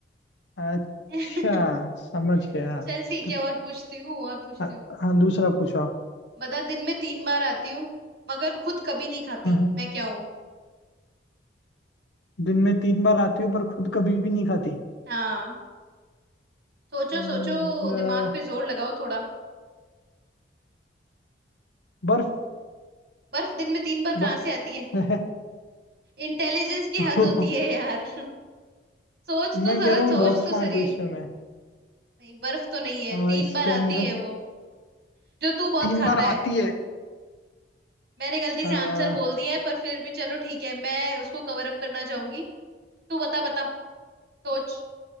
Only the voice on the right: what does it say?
<laughs>
चल ठीक
है और पूछती हूँ और पूछती
हूँ
बता दिन में तीन बार आती हूँ मगर खुद कभी नहीं खाती
मैं क्या हूँ
हाँ सोचो
सोचो दिमाग पे जोर लगाओ थोड़ा
बर्फ दिन में तीन बार
कहाँ से आती है
इंटेलिजेंस की
हद होती है यार <laughs> सोच
तो जरा
सोच
तो सही
नहीं बर्फ तो नहीं है
तीन
बार
आती है वो जो तू बहुत
खाता
है
मैंने गलती
से आंसर बोल दिया है पर फिर भी चलो ठीक है मैं उसको कवर अप करना चाहूंगी तू बता बता सोच